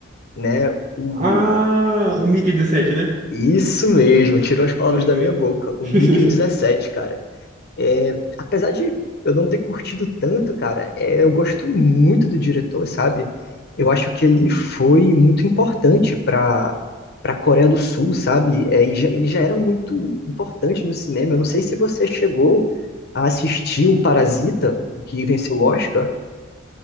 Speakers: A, on the left; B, on the right.
A: né? O...
B: Ah, o Mickey 17, né?
A: Isso mesmo, tirou as palavras
B: Pode
A: da
B: crer.
A: minha boca.
B: <laughs>
A: O Mickey dezessete, cara. É, apesar de eu não ter curtido tanto, cara, é, eu gosto muito do diretor, sabe? Eu acho que ele foi muito importante para para a Coreia do Sul, sabe? É, e já- ele já era muito importante no cinema. Eu não sei se você chegou a assistir o Parasita, o que venceu o Oscar.